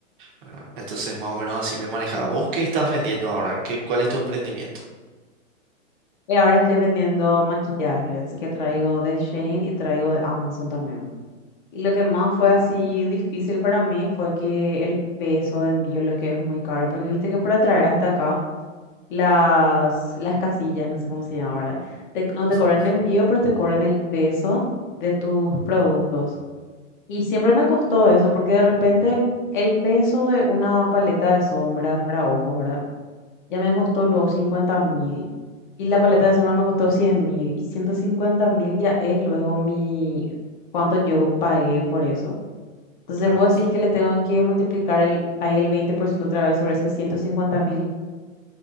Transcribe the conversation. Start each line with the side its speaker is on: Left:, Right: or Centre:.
Right: Ah, Entonces, más o menos así me manejaba. ¿Vos qué estás vendiendo ahora? ¿Qué, cuál es tu emprendimiento?
Left: Y ahora estoy vendiendo maquillajes que traigo de Shane y traigo de Amazon también. Y lo que más fue así difícil para mí fue que el peso de envío, lo que es muy caro, porque viste que para traer hasta acá las, las casillas, no sé cómo se llama, ¿verdad? Te- no
Right: Ujú,
Left: te cobran envío, pero te cobran el peso de tus productos. Y siempre me costó eso, porque de repente el peso de una paleta de sombras para ojos, ¿verdad? Ya me costó los cincuenta mil. Y la paleta de sombra me costó cien mil. Y ciento cincuenta mil ya es luego mi... cuánto yo pagué por eso. Entonces
Right: Claro.
Left: vos decís que le tengo que multiplicar el, ahí el 20% otra vez sobre ese ciento cincuenta mil.